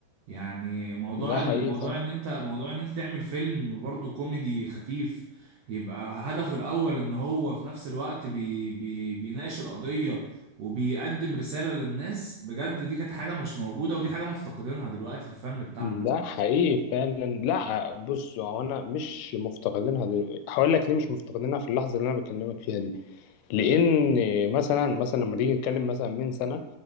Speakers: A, on the right; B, on the left.
A: يعني موضوع
B: ده
A: الموضوع
B: حقيقي فعلا
A: ان انت موضوع ان انت تعمل فيلم برضه كوميدي خفيف يبقى هدفه الاول ان هو في نفس الوقت بي بي بيناقش القضية وبيقدم رسالة للناس بجد دي كانت حاجة مش موجودة ودي حاجة مفتقدينها دلوقتي في الفن بتاعنا
B: ده حقيقي فعلا لا بص هو انا مش مفتقدينها دلوقتي هقول لك ليه مش مفتقدينها في اللحظه اللي انا بكلمك فيها دي لان مثلا مثلا لما نيجي نتكلم مثلا من سنه